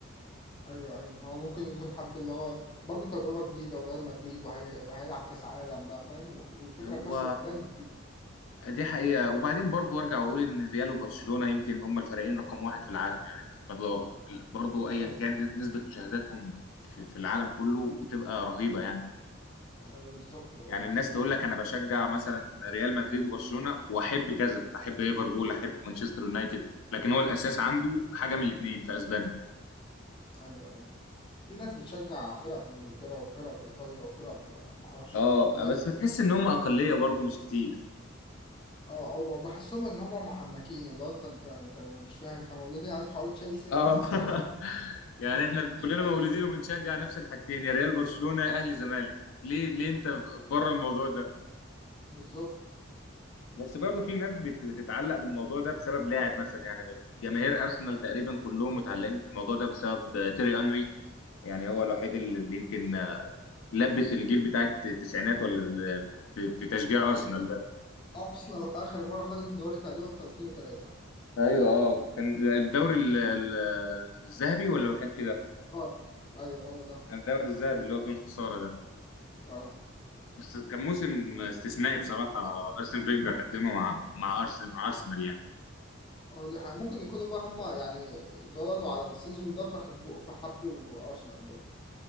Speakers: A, on the left; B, on the left.
A: ايوه ايوه هو ممكن يكون حب اللي هو برضه تجربه جديده وريال مدريد وهي... وهيلعب كاس عالم بقى فاهم والفكره
B: هو
A: بس في ريال مدريد
B: دي حقيقة وبعدين برضو أرجع وأقول إن ريال وبرشلونة يمكن هما الفريقين رقم واحد في العالم يعني برضو برضو أيا
A: ايوه
B: كان
A: بالظبط
B: نسبة مشاهداتهم في في العالم كله بتبقى رهيبة يعني
A: ايوه بالظبط والله
B: يعني الناس تقول لك أنا بشجع مثلا ريال مدريد وبرشلونة وأحب كذا أحب ليفربول أحب مانشستر يونايتد لكن هو الأساس عنده حاجة من الاتنين في أسبانيا
A: ايوه ايوه في ناس بتشجع فرق في انجلترا وفرق في ايطاليا وفرق في معرفش
B: اه
A: فين في ناس
B: بس
A: بت-
B: بتحس إن هما أقلية برضو مش كتير
A: اه او بحسهم ان هم محنكين اللي هو انت انت انت مش فاهم انت مولود يعني في حوار تشيلسي يعني
B: اه
A: ما
B: <laughs>
A: هم احنا
B: يعني
A: إحنا
B: احنا كلنا
A: مولود
B: مولودين وبنشجع نفس الحاجتين يا ريال برشلونة اهلي زمالك ليه ليه انت بره الموضوع ده
A: بالظبط
B: بس برضه في ناس بت- بتتعلق بالموضوع ده بسبب لاعب مثلا يعني جماهير ارسنال تقريبا كلهم متعلقين بالموضوع ده بسبب آه، تيري انري يعني هو الوحيد اللي اللي يمكن آه، لبس الجيل بتاع التسعينات ولا ال- في في تشجيع
A: ارسنال
B: ارسنال ده
A: ارسنال اخر مره خدت الدوري تقريبا في 2003
B: ايوه اه كان الدوري ال- ال- الذهبي ولا ما كانش ده
A: اه ايوه هو ده
B: كان الدوري الذهبي اللي هو بدون خسارة ده
A: اه
B: بس كان موسم استثنائي بصراحة أرسن فينجر قدمه مع مع أرسنال مع أرسنال يعني
A: هو دي حاجة. ممكن يكونوا بقى هم يعني اتولدوا على السيزون ده فحبوا فحبوا ارسنال برضه